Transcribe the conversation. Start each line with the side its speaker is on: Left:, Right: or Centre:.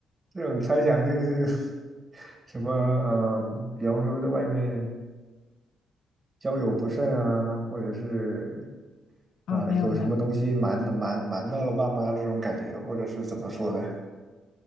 Right: 这种猜想就是 <laughs> 什么呃，比方说在外面交友不慎啊，或者是呃有什么东西瞒的瞒瞒到了爸妈这种感觉，
Left: 啊，没有没有，
Right: 或者是怎么说的？